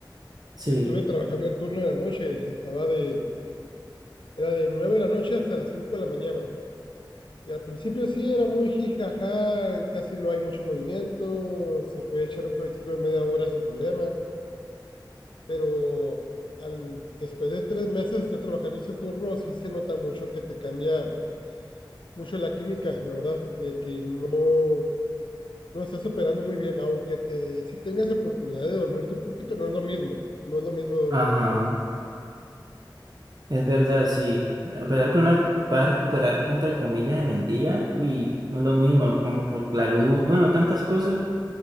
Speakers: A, on the right; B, on the left.
A: Sí,
B: y estuve trabajando el turno de la noche, estaba de, era de 9 de la noche hasta las 5 de la mañana. Y al principio sí, era muy jijaja, casi no hay mucho movimiento, se puede echar un cohetito de media hora sin problema. pero al, después de tres meses de estar trabajando ese turno, sí se nota mucho que te cambia mucho la química, la verdad, de que no, no estás operando muy bien, aunque te, si tengas oportunidad de dormirte un poquito, no es lo mismo, no es lo mismo dormir
A: ajá.
B: ocho.
A: Es verdad, sí. A pesar que uno la va a recuperar, entre comillas, en el día, uy, no es lo mismo, como por la luz, bueno, tantas cosas.